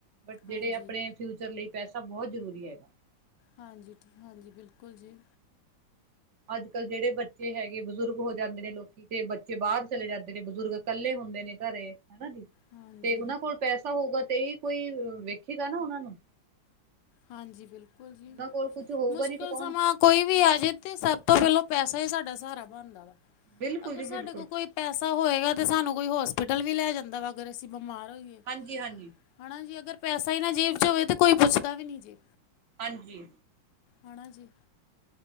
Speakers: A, on the right (about 60°); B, on the left (about 75°).
A: ਬਟ ਜਿਹੜੇ
B: ਹਾਂਜੀ
A: ਆਪਣੇ ਫਿਊਚਰ ਲਈ ਪੈਸਾ ਬਹੁਤ ਜ਼ਰੂਰੀ ਹੈਗਾ।
B: ਹਾਂਜੀ-ਹਾਂਜੀ ਬਿਲਕੁਲ ਜੀ।
A: ਅੱਜ-ਕੱਲ ਜਿਹੜੇ ਬੱਚੇ ਹੈਗੇ ਬਜ਼ੁਰਗ ਹੋ ਜਾਂਦੇ ਨੇ ਲੋਕ ਕਿਤੇ ਬੱਚੇ ਬਾਹਰ ਚਲੇ ਜਾਂਦੇ ਨੇ ਬਜ਼ੁਰਗ ਇਕੱਲੇ ਹੁੰਦੇ ਨੇ ਘਰੇ ਹਨਾ ਜੀ।
B: ਹਾਂਜੀ
A: ਤੇ ਉਹਨਾਂ ਕੋਲ ਪੈਸਾ ਹੋਊਗਾ ਤੇ ਈ ਕੋਈ ਵੇਖੇਗਾ ਨਾ ਉਹਨਾਂ ਨੂੰ
B: ਹਾਂਜੀ ਬਿਲਕੁਲ ਜੀ,
A: ਉਹਨਾਂ ਕੋਲ ਕੁਛ ਹੋਊਗਾ
B: ਮੁਸ਼ਕਿਲ
A: ਨੀ ਤਾਂ ਕੌਣ
B: ਸਮਾਂ ਕੋਈ ਵੀ ਆ ਜੇ ਤੇ ਸਭ ਤੋਂ ਪਹਿਲਾਂ ਪੈਸਾ ਹੀ ਸਾਡਾ ਸਹਾਰਾ ਵਾ
A: ਬਿਲਕੁਲ
B: ਅਗਰ
A: ਜੀ
B: ਸਾਡੇ
A: ਬਿਲਕੁਲ
B: ਕੋਲ ਕੋਈ ਪੈਸਾ ਹੋਏਗਾ ਤੇ ਸਾਨੂੰ ਕੋਈ ਹੋਸਪਿਟਲ ਵੀ ਲੈ ਜਾਂਦਾ ਵਾ ਅਗਰ ਅਸੀਂ ਬਿਮਾਰ ਹੋਈਏ।
A: ਹਾਂਜੀ-ਹਾਂਜੀ।
B: ਹੈਨਾ ਜੀ ਅਗਰ ਪੈਸਾ ਹੀ ਨਾ ਜੇਬ 'ਚ ਹੋਵੇ ਤਾਂ ਕੋਈ ਪੁੱਛਦਾ ਵੀ ਨਹੀਂ ਜੀ।
A: ਹਾਂਜੀ।
B: ਹਨਾ ਜੀ।